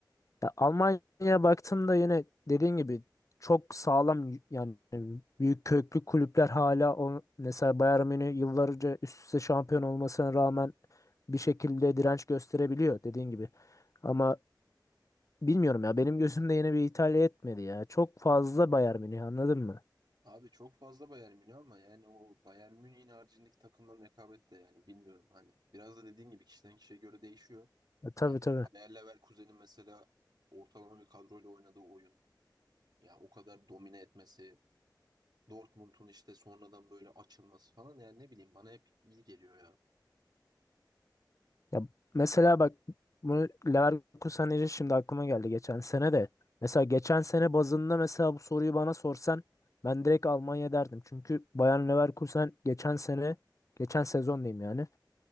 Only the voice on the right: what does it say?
Abi çok fazla Bayern Münih ama yani o Bayern Münih'in haricindeki takımların rekabeti de yani bilmiyorum hani biraz da dediğin gibi kişiden kişiye göre değişiyor.
Yani
Bayer Leverkusen'in mesela ortalama bir kadroyla oynadığı oyun ya o kadar domine etmesi Dortmund'un işte sonradan böyle açılması falan yani ne bileyim bana hep iyi geliyor ya.